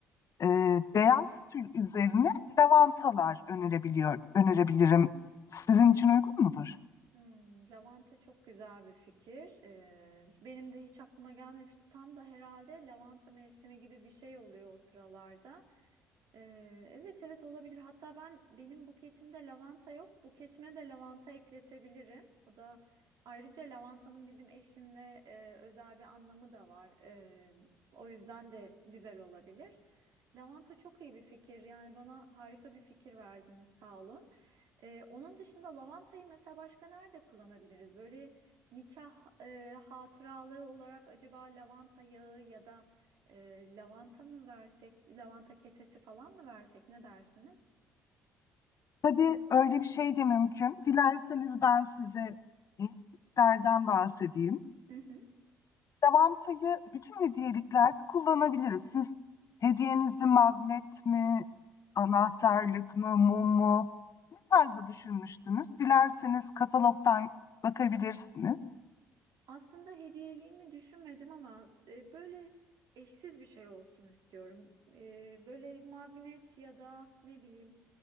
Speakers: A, on the left; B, on the right.
A: e, beyaz tül üzerine lavantalar önerebiliyor, önerebilirim. Sizin için uygun mudur?
B: Hmm, lavanta çok güzel bir fikir. Ee, benim de hiç aklıma gelmemişti. Tam da herhalde lavanta mevsimi gibi bir şey oluyor o sıralarda. Ee, evet evet olabilir. Hatta ben benim buketimde lavanta yok. Buketime de lavanta ekletebilirim. O da ayrıca lavantanın bizim eşimle e, özel bir anlamı da var. Ee, o yüzden de güzel olabilir. Lavanta çok iyi bir fikir. Yani bana harika bir fikir verdiniz. Sağ olun. Ee, onun dışında lavantayı mesela başka nerede kullanabiliriz? Böyle nikah e, hatıralığı olarak acaba lavanta yağı ya da e, lavanta mı versek, lavanta kesesi falan mı versek ne dersiniz?
A: Tabii öyle bir şey de mümkün. Dilerseniz ben size hediyeliklerden bahsedeyim.
B: Hı hı.
A: Davantayı bütün hediyeliklerde kullanabiliriz. Siz hediyenizi magnet mi, anahtarlık mı, mum mu ne tarzda düşünmüştünüz? Dilerseniz katalogdan bakabilirsiniz.
B: Aslında hediyeliğimi düşünmedim ama e, böyle eşsiz bir şey olsun istiyorum. E, böyle magnet ya da ne bileyim